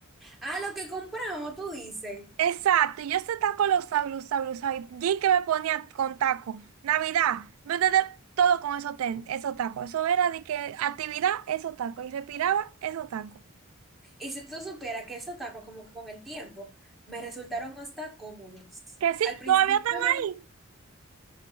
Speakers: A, in the centre; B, on the right.
A: Ah, lo que compramos, tú dices.
B: Exacto, y yo ese taco lo usaba, lo usaba, lo usaba. Y y que me ponía con taco. Navidad, me de- de- todo con esos, ten- esos tacos. Eso era de que actividad, esos tacos. Y respiraba, esos tacos.
A: Y si tú supieras que esos tacos como que con el tiempo me resultaron hasta cómodos.
B: Que sí,
A: Al principio
B: todavía están
A: me...
B: ahí.